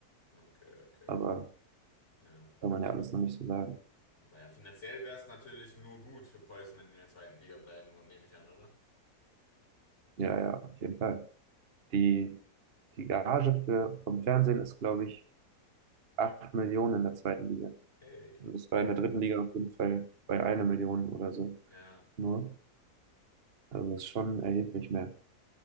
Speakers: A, on the left (about 45°); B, on the right (about 40°).
A: Okay, okay.
B: Aber
A: Ja.
B: kann man ja alles noch nicht so sagen.
A: Aber ja, finanziell wäre es natürlich nur gut für Preußen, wenn die in der zweiten Liga bleiben und nehme ich an, oder?
B: Ja, ja, auf jeden Fall. Die, die Gage für, vom Fernsehen ist, glaube ich, 8 Millionen in der zweiten Liga.
A: Hey.
B: Und das war in der dritten Liga auf jeden Fall bei einer Million oder so
A: Ja.
B: nur. Also es ist schon erheblich mehr.